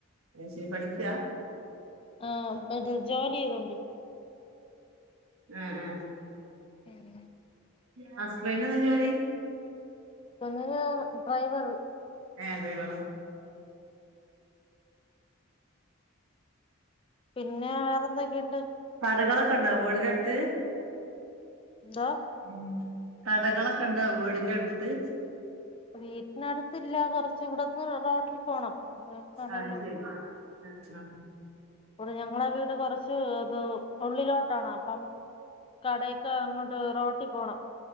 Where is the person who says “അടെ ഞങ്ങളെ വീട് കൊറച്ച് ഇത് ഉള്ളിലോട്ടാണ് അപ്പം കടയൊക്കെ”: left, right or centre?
Left